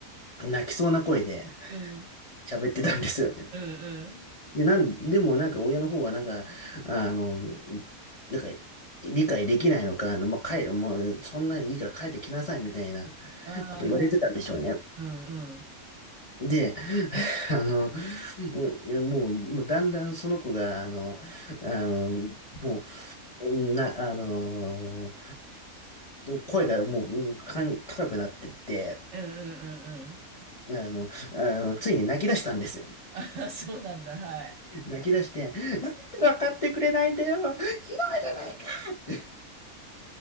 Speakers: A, on the left (about 40°); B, on the right (about 60°).
A: 泣きそうな声で
B: うん、
A: 喋ってたんですよね。
B: うん、うん。
A: で、なん、でもなんか親の方はなんか、あの、なんか理解できないのか、あのまあ、帰、もうそんなにいいから帰ってきなさいみたいな
B: ああ、
A: こと言われてたんでしょうね。
B: はい、うん、うん、うん、
A: で、<laughs> あの、うんもう、もうだんだんその子が、あの、あの、もう、な、あの、声がもう、うんかん、高くなってって、
B: うん、うん。
A: あの、あの、ついに泣き出したんですよね。
B: ああ、そうなんだ、はい。
A: 泣き出して、なんで分かってくれないんだよ、ひどいじゃないかって、<laughs>